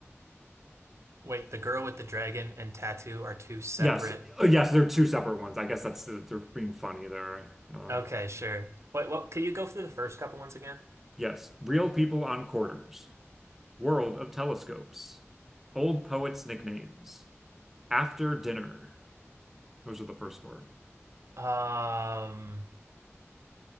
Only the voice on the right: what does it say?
wait. The girl with the dragon and tattoo are two separate.
Okay, sure. Wait, what can you go through the first couple ones again?
Um,